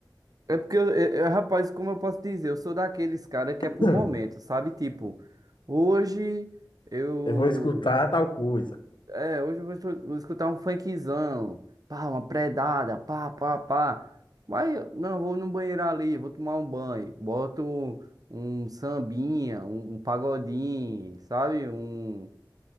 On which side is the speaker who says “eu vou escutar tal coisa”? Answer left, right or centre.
Left